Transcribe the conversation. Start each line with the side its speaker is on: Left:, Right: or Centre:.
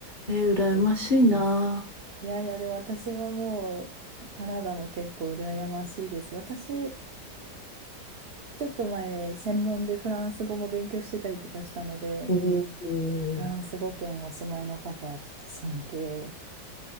Left: えー、羨ましいな。
Right: 綺麗いやいや、でも私はもうカナダも結構羨ましいです。私、ちょっと前、専門でフランス語も勉強してたりとかしたので、
Left: おお。
Right: フランス語圏お住まいの方はちょっと尊敬。